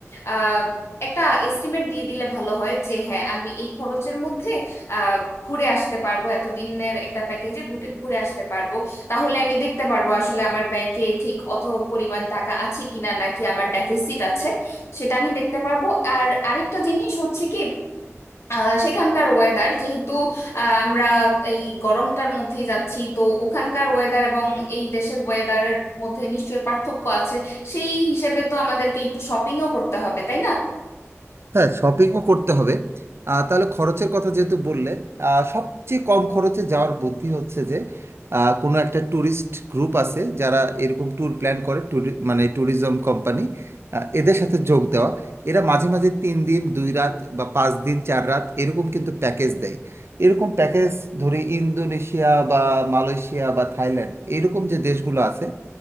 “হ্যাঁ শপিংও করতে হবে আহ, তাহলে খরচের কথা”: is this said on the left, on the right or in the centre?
Right